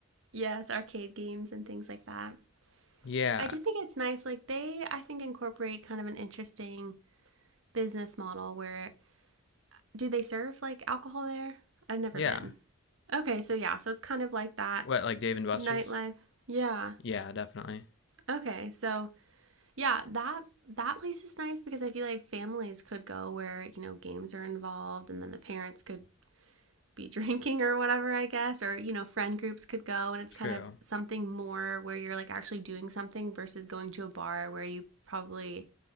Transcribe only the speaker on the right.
yes, arcade games and things like that.
I do think it's nice. Like they, I think incorporate kind of an interesting business model where do they serve like alcohol there? I've never
been. Okay, so yeah, so it's kind of like that
nightlife. Yeah.
Okay, so Yeah, that that place is nice because I feel like families could go where, you know, games are involved and then the parents could be <laughs> drinking or whatever, I guess, or you know, friend groups could go and it's kind
of something more where you're like actually doing something versus going to a bar where you probably